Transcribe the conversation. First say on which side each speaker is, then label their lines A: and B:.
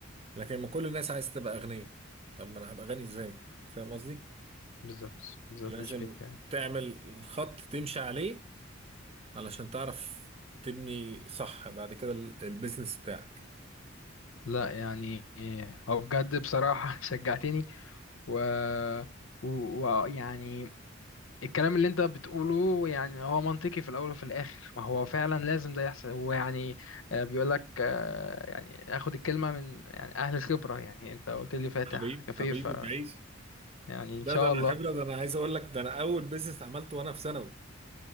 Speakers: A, on the right; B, on the left.
A: لكن ما كل الناس عايز تبقى أغنية طب ما انا هبقى غني ازاي فاهم قصدي
B: بالظبط بالظبط
A: لازم
B: مش بيك يعني.
A: تعمل الخط تمشي عليه علشان تعرف تبني صح بعد كده ال- البيزنس بتاعك
B: لا يعني إيه، هو بجد بصراحة <laughs> شجعتني و ويعني الكلام اللي انت بتقوله يعني هو منطقي في الاول وفي الاخر ما هو فعلا لازم ده يحصل هو يعني آه، بيقول لك آه، يعني اخد الكلمه من يعني اهل الخبره يعني انت قلت لي فاتح
A: حبيبي
B: كافيه
A: حبيبي
B: ف
A: تعيش
B: يعني ان
A: لا
B: شاء
A: ده انا
B: الله
A: خبره ده انا عايز اقول لك ده انا اول بيزنس عملته وانا في ثانوي